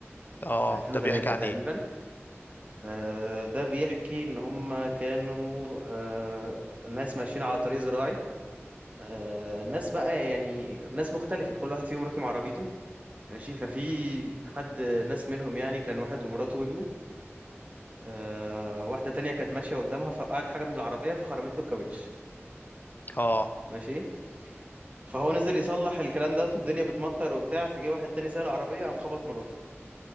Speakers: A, on the left; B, on the right.
A: اه
B: من 2003
A: ده بيحكي عن
B: تقريبا
A: ايه
B: آه، ده بيحكي إن هم كانوا آه، ناس ماشيين على طريق زراعي آه، ناس بقى يعني ناس مختلفة كل واحد فيهم راكب عربيته ماشي ففي حد ناس منهم يعني كان واحد ومراته وابنه آه، واحدة تانية كانت ماشية قدامها فوقعت حاجة من العربية فخرمت له الكاوتش
A: اه
B: ماشي فهو نزل يصلح الكلام ده والدنيا بتمطر وبتاع فجه واحد تاني سايق العربية قام خبط مراته